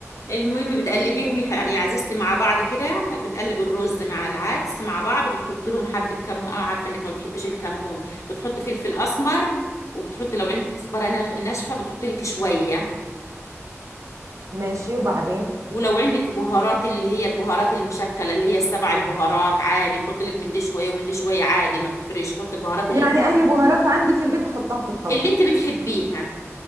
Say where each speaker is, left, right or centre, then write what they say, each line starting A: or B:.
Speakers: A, on the left (about 70°); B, on the right (about 80°).
A: المهم بتقلبيهم يا ح- يا عزيزتي مع بعض كده بتقلب الرز مع العدس مع بعض وبتحط لهم حبه كمون اه عارفه انك ما بتحبيش الكمون بتحط فلفل اسمر وبتحط لو عندك كزبره ناش- ناشفه بتحطي لك شويه
B: ماشي وبعدين
A: ولو عندك بهارات اللي هي البهارات المشكلة اللي هي السبع البهارات عادي حط لك من دي شوية ومن دي شوية عادي ما بتفرقش حط البهارات اللي
B: يعني
A: انت
B: اي بهارات عندي في البيت احطها في الطبخ
A: اللي انت بتحبيها